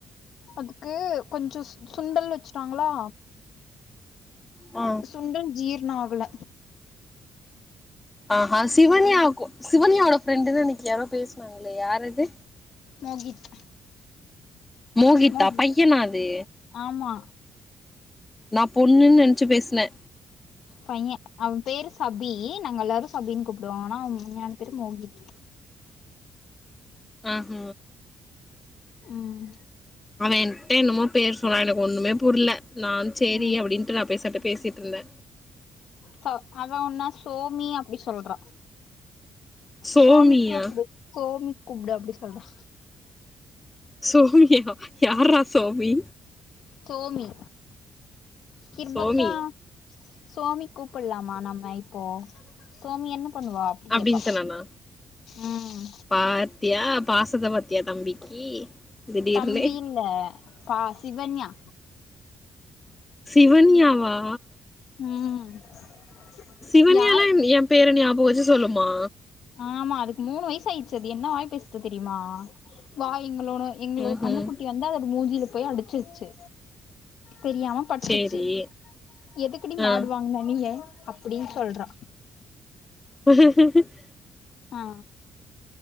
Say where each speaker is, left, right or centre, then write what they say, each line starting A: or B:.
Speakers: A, on the left; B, on the left.
A: அதுக்கு கொஞ்சோ சுண்டல் வெச்சுட்டாங்ளா
B: அ
A: சுண்டல் ஜீர்ணோ ஆகல
B: அஹ சிவன்யா கு சிவன்யாவோட ஃப்ரெண்டுனு இன்னிக்கு யாரோ பேஸ்னாங்களே யாரது
A: மோகித்
B: மோகித்தா
A: மோகித்
B: பையனா அது
A: ஆமா
B: நா பொண்ணுன் நெனச்சு பேசுன
A: பைய அவ பேரு சபி நாங்க எல்லாரு சபின் கூப்டுவோ ஆனா அவ உண்மையான பேரு மோகித்
B: அ ம்
A: ம்
B: அவ என்ட என்னமோ பேர் சொன்னா எனக்கு ஒன்னுமே புர்ல நா சேரி
A: ம்
B: அப்டின்டு நா பேசட்டு பேசிட்ருந்தே
A: ச அவ ஒன்னா சோமி அப்டி சொல்றா
B: சோமியா
A: சோமி கூப்டு சோமி கூப்டு அப்டி சொல்றா
B: சோமியா யார்ரா சோமி
A: சோமி கிருபாக்கா
B: சோமி
A: சோமி கூப்பல்லாமா நம்ம இப்போ சோமி என்ன பண்ணுவா அப்படி
B: அப்டின்
A: கேட்பா
B: சொன்னானா
A: ம்
B: பாத்தியா பாசத்த பாத்தியா தம்பிக்கு திடீர்னு
A: தம்பின் வ பா சிவன்யா
B: சிவன்யாவா
A: ம்,,,
B: சிவன்யல்லா
A: யாருக்கு
B: என் பேர ஞாபக வச்சு சொல்லுமா
A: ஆமா அதுக்கு மூணு வயசு ஆயிடுச்சு அது என்ன வாய் பேசுது தெரியுமா வா எங்களோட எங்களோட
B: ம்ஹும்
A: கண்ணுக்குட்டி வந்து அதோட மூஞ்ஜில போய் அடிச்சிருச்சு தெரியாம பட்ருச்சு
B: சேரி
A: எதுக்குடி
B: ஆ
A: மாடுவாங்குன்ன நீ ஏன் அப்டின் சொல்றா
B: <unintelligible>
A: ஆ